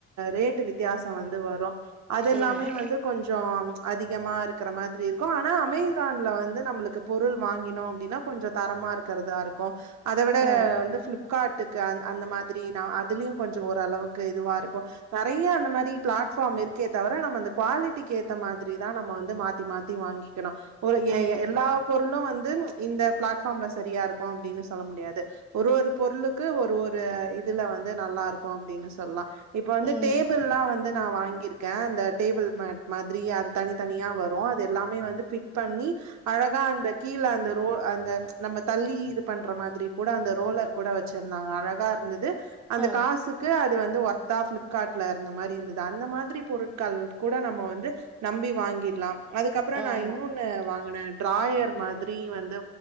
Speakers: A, on the right (about 65°); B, in the centre.
A: ரேட்டு வித்யாசோ வந்து வரு அதெல்லாமே
B: ம்
A: வந்து கொஞ்சோ அ அதிகமாருக்குற மாதிரி இருக்கு ஆனா அமேசான்ல வந்து நம்மளுக்கு பொருள் வாங்கினோ அப்டின்னா கொஞ்சோ தரமா இருக்கறதா இருக்கும். அத விட
B: ஓ
A: வந்து ப்ளிப் காட்டுக்கு அ அந்த மாதிரி நா அதுலையு கொஞ்சோ ஓரளவு இதுவா இருக்கும் நெறையா அந்த மாரி ஃப்ளாட்ஃபாம் இருக்கே தவர நம்ம அந்த குவாலிட்டிக்கு ஏத்த மாதிரி தா நம்ம வந்து மாத் த்தி மாத்தி வாங்கிக்கணு. ஒரு எ-எ-எல்லா
B: ம்
A: பொருளும் வந்து இந்த ப்ளாட் ல சரியா இருக்கும் அப்டின்னு சொல்ல முடியாது ஒரு ஒரு பொருளுக்கு ஒரு ஒரு இத் இதுல வந்து நல்லா இருக்கு அப்டின்னு தெல்லா இப்ப வந்து
B: ம்
A: டேபிள்ல்லா வந்து நா வாங்கியிருக் கே இந்த டேபிள் மேட் மாதிரி அது தனி தனியா வரு அது எல்லாமே வந்து பிட் பண்ணி அழகா அந்த கீழ அந்த ரோ அந்த நம்ம தள்ளி இது பண்ற மாதிரி கூட அந்த ரோலர் கூட வச்சிருந்தாங்க அழகா இருந்துது. து அந்த
B: ஆ
A: காசுக்கு அ வந்து வொர்த்தா பிளிப்கார்ட்ல இருந்த மாரி இருந்தது அந்த மாதிரி பொருட்கள் கூட நம்ம வந்து நம்பி வாங்கிடலாம். அதுக்கப்பறோ நா
B: ஆமா
A: இன்னொன்னு வாங்குனே. ஃட்ராயர் மாதிரி வந்து